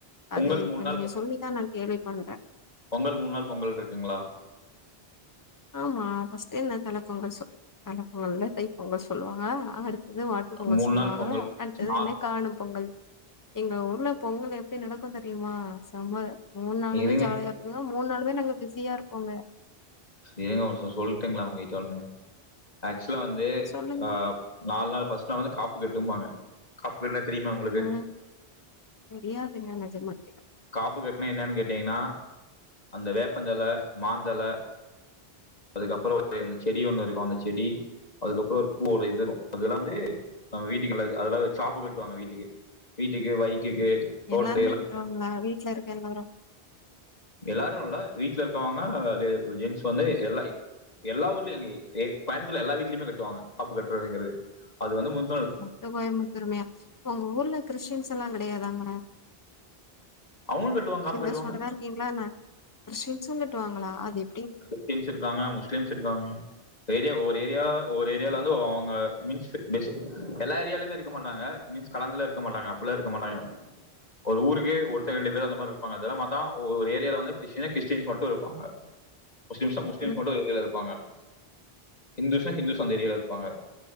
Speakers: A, on the left (about 40°); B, on the left (about 20°).
A: பொங்கல்
B: அது இப்ப
A: மூணு நாள்
B: நீங்க சொல்லிதா நா கேள்வி பண்றே
A: பொங்கல் மூணு நாள் பொங்கல் இருக்குங்ளா
B: ஆமா ஃபர்ஸ்ட்டே என்ன தலப்பொங்கல் சொ தலப்பொங்கல்ல தைப் பொங்கல்னு சொல்லுவாங்க அடுத் து மாட்டு பொங்கல்
A: மூணு
B: சொல்லுவாங்கள
A: நாள் பொங்கல்
B: அது
A: நாலு
B: என்ன காணும் பொங்கல் எங்க ஊர்ல பொங்கல் எப்டி நடக்கோ தெரியுமா செம்ம மூணு
A: வந்து-
B: நாளுமே
A: இருங்க
B: ஜாலியா இங்க மூணு நாளுமே நாங்க பிஸியா இருப்போங்க
A: ஏங்க ஒர்விசயோ சொல்ட்டுங்ளா உங்ககிட்ட ஒன்னு ஆக்சுவலா வந்து
B: சொல்லுங்க
A: அ நாலு நாள் ஃபஸ்ட்டாலா வந்து காப்பு கட்டும்பாங்க காப்பு கட்டுனா தெரியுமா உங்குளுக்கு
B: ம் தெரியாதுங்க நெஜ மாவே
A: காப்பு கட்டுனா என்னன்னு கேட்டீங்கன்னா அந்த வேப்பந்தல மாந்தல அதுக்கப்புறோ ஒரு அந்த செடி ஒண்ணு இருக்கோ அந்த செடி அதுக்கப்புறோ ஒரு பூவோட இது இருக் அதெல்லா வந்து நம்ம வீட்டுக்குல்லது அதெல்லா சாப்பு கட்டுவாங்க வீட்டுக்கு வீட்டுக்கு பைக்குக்கு தோட்டத்துக்கு
B: எல்லாருமே
A: எல்லா
B: கட்டுவாங்களா வீட்டுல இருக்க எல்லாரு
A: எல்லாரு இல்ல வீட்ல இருக்கவங்க ஜென்ஸ் வந்து எல்லா எல்லா ஊர்லயு கோயம்பத்தூர் எல்லா வீட்லயுமே கட்டுவாங்க காப்பு கட்டுறதுங்கிறது அது வந்து முந்தநல்
B: முட்டு கோயம்புத்தூருமா உங்க ஊர்ல கிறிஸ்டின்ஸ் எல்லா கிடையாதாங்களா
A: அவங்களு கட்டுவாங்க காப்பு
B: ஹிந்துஸ்
A: கட்டுவாங்க
B: மட்டும்தா இருக்கீங்களா என்ன கிரிஸ்டின்ஸ்ம் கட்டுவாங்களா அது எப்டி
A: கிறிஷ்டின்ஷ் இருக்காங்க முஸ்லீம்ஸ் இருக்காங்க ஏரியா ஒரு ஏரியா ஒரு ஏரியால வந்து அவங்க மீன்ஸ் எல்லா ஏரியாலயுமே இருக்க மாட்டாங்க மீன்ஸ் கலந்துல இருக்க மாட்டாங்க அப்பல்லா இருக்க மாட்டாங்க ஒரு ஊருக்கு ஒரு ரெண்டு பேர் அந்த மாதிரி இருப்பாங்க ஒரு ஏரியில வந்து கிறிஸ்டின்ஸ் மட்டு இருப்பாங்க முஸ்லிம்ஸ்ன்னா முஸ்லிம்ஸ்
B: ம்
A: மட்டு ஒரு ஏரியால இருப்பாங்க ஹிந்துஸ்ஸுன்னா ஹிந்துஸ் அந்த ஏரியலா இருப்பாங்க